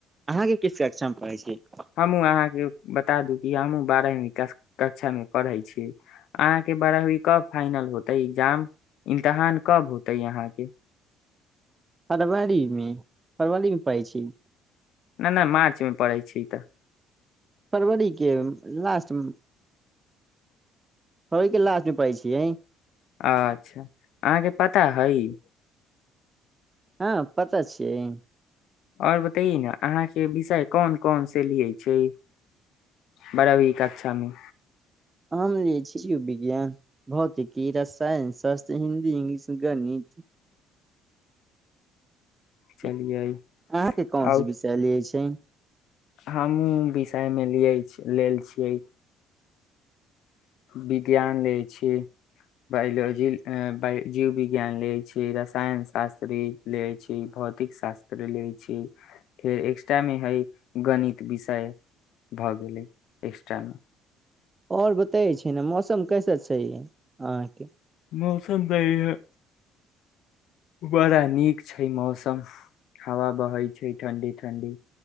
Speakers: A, on the right (about 20°); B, on the left (about 70°).
A: अहाँके किस कक्षा मे पढ़ै छियै
B: हमहूँ अहाँके बता दू कि हमहूँ बारहवीं कक्षामे पढ़ै छी अहाँके बारहवी कब फाइनल होतै एग्जाम इम्तहान कब होतै अहाँके
A: फरवरी मे फरवरीमे पड़ै छै
B: नहि नहि मार्चमे पड़ै छै तऽ
A: फरवरी के लास्ट मे ओहिके लास्टमे पड़ै छियै
B: अच्छा अहाँके पता हइ
A: हँ पता छियै
B: आओर बतैए ने अहाँके विषय कोन कोन से लियै छै बारहवीं कक्षामे
A: हम लिये छी विज्ञान भौतिकी रसायन शास्त्र हिन्दी इंग्लिश गणित
B: चलियै
A: अहाँके कोनसे
B: आओर
A: विषय लियै छियै
B: हमहुँ विषयमे लिय लेल छियै विज्ञान लै छी बायोलॉजी बाय जीव विज्ञान लै छी रसायन शास्त्र लै छी भौतिक शास्त्र लै छी फेर एक्स्ट्रामे हइ गणित विषय भऽ गेलै एक्स्ट्रामे
A: आओर बतैयै छी ने मौसम कैसे छै अहाँके
B: मौसम तऽ इहे बड़ा नीक छै मौसम हवा बहै छै ठण्ढी ठण्ढी